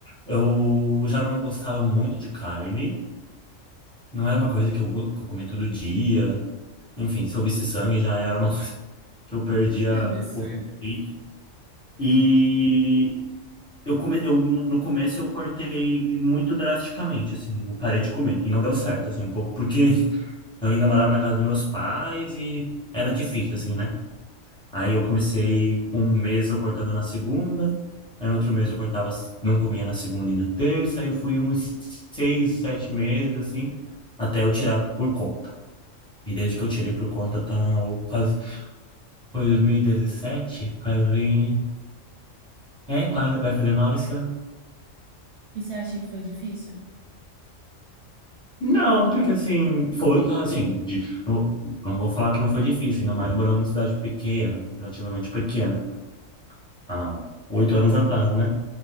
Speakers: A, in the centre; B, on the right (about 65°).
A: eu já não gostava muito de carne, não era uma coisa que eu, go- que eu comia todo dia. Enfim, se eu visse sangue já era uma <laughs> coisa que eu perdia
B: <laughs> que absurdo.
A: o apetite. E Eu, come... eu no começo eu cortei muito drasticamente, assim, eu parei de comer e não deu certo, assim, um pouco, porque <laughs> eu ainda morava na casa dos meus pais e era difícil, assim, né? Aí eu comecei com um mês eu cortando na segunda, aí no outro mês eu cortava, não comia na segunda e na terça, aí eu fui uns seis, sete meses, assim, até eu tirar por conta. E desde que eu tirei por conta, tá, o- quase, foi 2017, fazem, é, quase, vai fazer nove anos
B: E você acha que foi difícil?
A: Não, porque assim, foi assim, de- não, vou não vou falar que não foi difícil, ainda mais morando numa cidade pequena, relativamente pequena, há oito anos atrás, né?